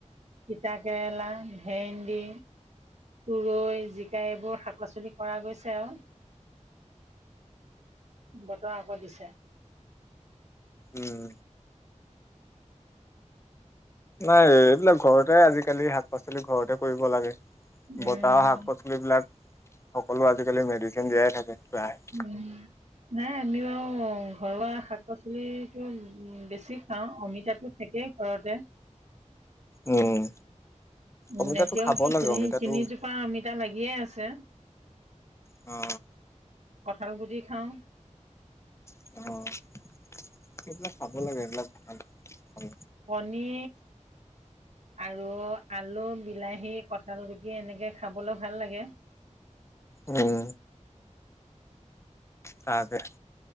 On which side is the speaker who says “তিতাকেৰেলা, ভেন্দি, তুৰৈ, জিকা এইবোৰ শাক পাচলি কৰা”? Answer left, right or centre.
Right